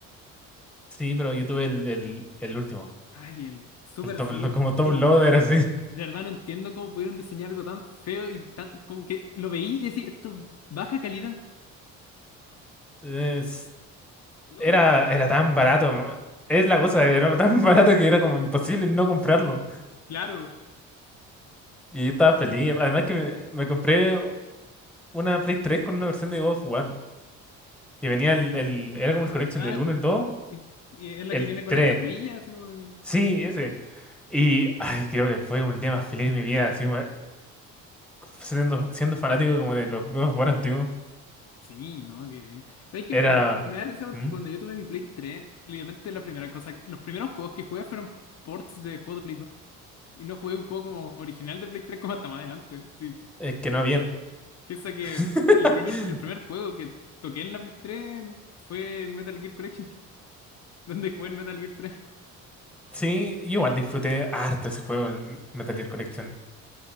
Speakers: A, in the centre; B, on the left.
A: Sí, pero yo tuve el, el, el último,
B: Ay, el Super
A: el top,
B: Slim.
A: lo- como top
B: ¿Qué?
A: loader así.
B: De verdad no entiendo cómo pudieron diseñar algo tan feo y tan... Como que lo veí y decía, esto es baja calidad.
A: Es-
B: No,
A: era,
B: no.
A: era tan barato, es la cosa, era tan <laughs> barato que era como imposible no comprarlo.
B: Claro.
A: Y yo estaba feliz, además que me, me compré una Play 3 con una versión de God of War. Y venía el, el- era como el collection
B: Ah,
A: del uno el dos
B: y, y es la
A: el
B: que viene con
A: tres
B: la estatuilla, así como de-
A: Sí, ese. Y ay, creo que fue como el día más feliz de mi vida, así como, eh, siendo, siendo fanático como de los God of War antiguos.
B: Sí, no, qué bien. ¿Sabes que
A: Era...
B: me, me da risa porque
A: ¿Mm?
B: cuando yo tuve mi Play 3, literalmente la primera cosa, los primeros juegos que jugué fueron ports de juegos de Play 2. Y no jugué un juego como original de Play 3 como hasta más adelante. Sí,
A: Es que no habían.
B: piensa que
A: <laughs>
B: el primer, el primer juego que toqué en la Play 3 fue el Metal Gear Collection, <laughs> donde jugué el Metal Gear 3.
A: Sí, yo igual disfruté harto ese juego, el Metal Gear Collection.